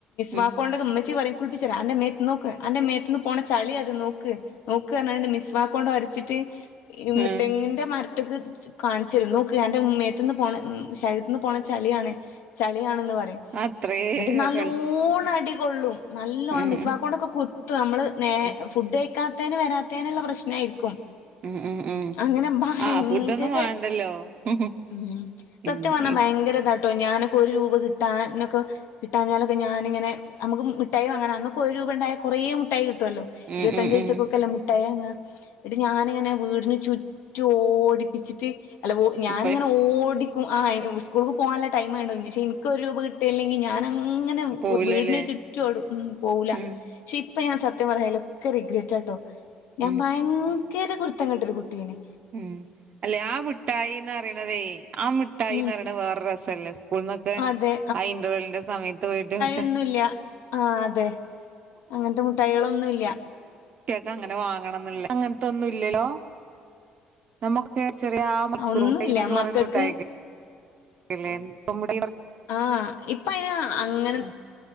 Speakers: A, on the right; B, on the left.
A: ഉം
B: വാക്കോണ്ട് ഇമ്മച്ചി പറയും കുളിപ്പിച്ച് തരാ അൻ്റെ മേത്ത് നോക്ക് അൻ്റെ മേത്തിന്ന് പോണ ചളിയത് നോക്ക് <unintelligible> വാക്കോണ്ട് ഒരച്ചിട്ട്
A: ആഹ്
B: തെങ്ങിന്റെ മ <unintelligible> കാണിച്ച് തരും നോക്ക് എന്റെ മേത്തിന്ന് പോണ ശരീരത്തിൽ നിന്ന് പോണ ചളിയാണ് ചളിയാണെന്ന് പറയും
A: അത്രേ
B: എന്നിട്ട് നല്ലോണ
A: കളിച്ച്
B: അടികൊള്ളും നല്ലോണ്ണം
A: ഉം
B: മിസ്വാക്കൊണ്ടൊക്കെ <unintelligible> നമ്മള് നേ
A: ഉം
B: ഫുഡ് കഴിക്കാത്തേന് വരാത്തേനുള്ള പ്രശ്നായിരിക്കും
A: ഉം ഉം ഉം
B: അങ്ങനെ ഭയങ്കര
A: ആഹ് ഫുഡൊന്നും വേണ്ടല്ലോ ഉം
B: മം
A: ഉം
B: സത്യം പറഞ്ഞാല് ഭയങ്കര കേട്ടോ ഞാനൊക്കെ ഒരു രൂപ കിട്ടാനൊക്കെ കിട്ടാഞ്ഞാലൊക്കെ ഞാനിങ്ങനെ നമുക്ക് മുട്ടും അങ്ങനെ അന്നൊക്കെ ഒരു രൂപ ഉണ്ടായ കൊറേ മുട്ടായി കിട്ടുമല്ലോ
A: ഉം
B: ഇരുപത്തഞ്ച
A: ഉം
B: വയസക്കൊക്കെ
A: ഉം
B: അല്ലേ മുട്ടായ അങ്ങങ് എന്നട്ട് ഞാനിങ്ങനെ വീടിന് ചുറ്റും ഓടിപ്പിച്ചിട്ട് അല്ല ഓ ഞാനിങ്ങനെ
A: ഇപ്പ
B: ഓടി ക്കും ആ <unintelligible> ഉക്കൂൾക്ക് പോവാല്ലേ ടൈമായോണ്ടാ തോന്ന് പശ്ശേ ഇൻ ഇക്ക് ഒരുരൂപ കിട്ടി അല്ലെങ്ങി ഞാ ഞാനങ്ങനെ
A: പോവൂലല്ലേ
B: ഉ വീട്ന് ചുറ്റും ഓടും ഉം പോവുല
A: ഉം
B: ക്ഷെ ഇ പ്പ ഞാൻ സത്യം പറഞ്ഞാല് ഒത്തിരി റീഗ്രെറ്റ് ആട്ടോ ഞാൻ
A: ഉം
B: ഭയങ്കര കുര് ത്തം കെട്ടൊരു കുട്യെയ്‌ന്
A: ഉം അല്ലെ ആ മിഠായിന്ന്റയണതേ ആ മിഠായിന്ന്റയണ
B: ഉം
A: വേറെ രസല്ലേ സ്കൂൾന്നൊക്കെ
B: അതെ
A: ആ ഇന്റർവെൽന്റെ സമയത്ത് പോയിട്ട് മിഠ
B: ആ അതെ അങ്ങനത്തെ മുട്ടായികളൊന്നുംല് ല്ല്യ
A: കുട്ട്യേക്ക് അങ്ങനെ വാങ്ങണംന്ന്ള്ള അങ്ങനത്തൊന്നും ഇല്ല്യലോ നമ്മ തെ ചെറിയ ആ മണിക്കൂർ
B: ഒന്നുല്ല
A: മുട്ടായിന്നൊക്കെ
B: മക്കൾക്ക്
A: പറയണ മുട്ടായൊക്കെ ഇല്ലേ <unintelligible>
B: ആഹ് ഇപ്പ അയി അങ്ങനെ
A: ആ